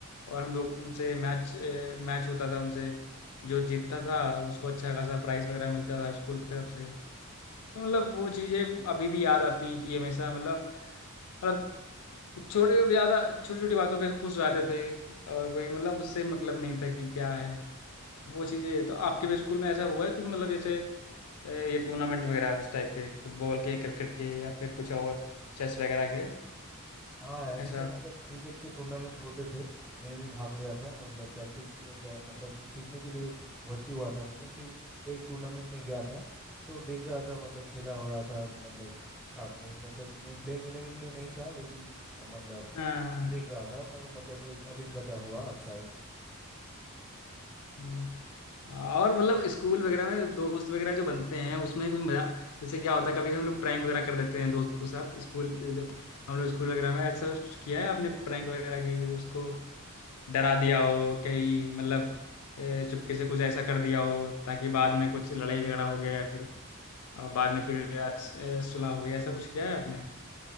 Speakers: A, on the left; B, in the centre.
A: और हम लोग उनसे मैच मैच होता था उनसे जो जीतता था उसको अच्छा खासा प्राइज वगैरह मिलता था स्कूल की तरफ से तो मतलब वो चीज़ें अभी भी याद आती हैं कि हमेशा मतलब मतलब छोटे ज़्यादा छोटी छोटी बातों पे खुश हो जाते थे और कोई मतलब उससे मतलब नहीं था कि क्या है वो चीज़ें तो आपके भी स्कूल में ऐसा हुआ है कुछ मतलब जैसे अ, ये टूर्नामेंट वगैरह उस टाइप के फुटबॉल के क्रिकेट के या फिर कुछ और चेस वगैरह के
B: हाँ ऐसे
A: ऐसा
B: तो मतलब क्रिकेट के टूर्नामेंट होते थे मैं भी भाग लिया था मतलब प्रैक्टिस प्रैक, मतलब सीखने के लिए भर्ती हुआ था मैंने फिर एक टूर्नामेंट में गया था तो देख रहा था मतलब खेला हो रहा था मतलब साथ में मतलब मैं प्लेइंग इलेवन में नहीं था लेकिन अ, मतलब
A: हाँ
B: देख
A: हाँ,
B: रहा था मतलब मतलब एक अभिज्ञता हुआ अच्छा एक
A: हम्म। और मतलब स्कूल वगैरह में दोस्त वगैरह जो बनते हैं उसमें कोई मजा जैसे क्या होता है कभी कभी हम लोग प्रैंक वगैरह कर देते हैं दोस्त के साथ स्कूल जब हम लोग स्कूल वगैरह में ऐसा कुछ किया है आपने प्रैंक वगैरह की दोस्त को डरा दिया हो कहीं मतलब ए, चुपके से कुछ ऐसा कर दिया हो ताकि बाद में कुछ लड़ाई झगड़ा हो गया या फिर अ, बाद में फिर अच्छ- ए, सुलह हो गया ऐसा कुछ किया है आपने